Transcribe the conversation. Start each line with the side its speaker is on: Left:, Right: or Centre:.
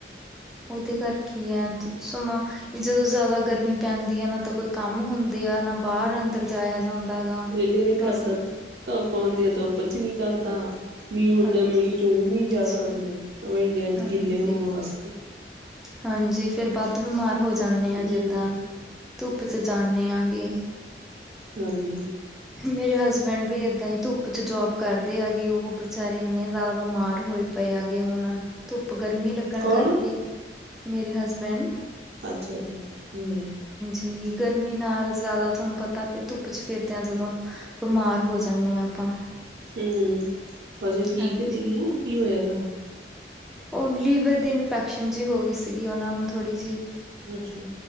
Centre: ਉਹਦੇ ਕਰਕੇ ਹੈ ਸਮਾਂ। ਜਦੋਂ ਜ਼ਿਆਦਾ ਗਰਮੀ ਪੈਂਦੀ ਆ ਨਾ ਤਾਂ ਕੋਈ ਕੰਮ ਹੁੰਦੇ ਆ ਨਾ ਬਾਹਰ ਅੰਦਰ ਜਾਾਇਆ ਜਾਂਦਾ ਹੈਗਾ,
Right: ਵਿਹਲੇ ਨੀ ਕਰਦਾ
Centre: ਮੌਸਮ ਫਿਰ।
Right: ਧੁੱਪ ਹੁੰਦੀ ਆ ਧੁੱਪ 'ਚ ਨੀ ਕਰਦਾ, ਮੀਂਹ ਹੁੰਦੇ
Centre: ਹਾਂਜੀ
Right: ਮੀਂਹ ਚੂੰ ਨਹੀਂ‌
Centre: ਮੀਂਹ
Right: ਜਾ
Centre: ਚ
Right: ਸਕਦੇ ਗਿੱਲੇ
Centre: ਹਾਂਜੀ
Right: ਹੋਣ ਵਾਸਤੇ।
Centre: ਹਾਂਜੀ, ਫਿਰ ਵੱਧ ਬਿਮਾਰ ਹੋ ਜਾਂਦੇ ਆ
Right: ਹਮ
Centre: ਜਿੱਦਾਂ। ਧੁੱਪ ਚ ਜਾਂਨਦੇ ਹੈਗੇ।
Right: ਹਾਂਜੀ।
Centre: ਮੇਰੇ ਹਸਬੈਂਡ ਵੀ ਏਦਾਂ ਹੀ ਧੁੱਪ 'ਚ ਜੋਬ ਕਰਦੇ ਹੈਗੇ ਉਹ ਬਚਾਰੇ ਇੰਨੇ ਜ਼ਿਆਦਾ ਬਿਮਾਰ ਹੋਏ ਪਏ ਆਗੇ, ਹੁਣ ਧੁੱਪ ਗਰਮੀ ਲੱਗਣ
Right: ਕੌਣ
Centre: ਕਰਕੇ ਮੇਰੇ ਹਸਬੈਂਡ
Right: ਅੱਛਾ ਜੀ, ਹਮ।
Centre: ਜੀ ਗਰਮੀ ਨਾਲ ਜ਼ਿਆਦਾ ਤੁਹਾਨੂੰ ਪਤਾ ਫਿਰ ਧੁੱਪ 'ਚ ਫਿਰਨਾ। ਜਦੋਂ ਬਿਮਾਰ ਹੋ ਜਾਂਦੇ ਹਾਂ ਆਪਾਂ।
Right: ਹਮ, ਹਜੇ ਠੀਕ
Centre: ਹਾਂਜੀ
Right: ਨਹੀਂ ਆ ਕੀ ਹੋਇਆ ੳਹਨਾ ਨੂੰ
Centre: ਉਹ ਲੀਵਰ ਦੀ ਇਨਫੈਕਸ਼ਨ ਜਿ ਹੋ ਗਈ ਸੀਗੀ, ਉਹਨਾਂ ਨੂੰ ਥੋੜ੍ਹੀ ਜਿਹੀ ਸੀ।
Right: ਅੱਛਾ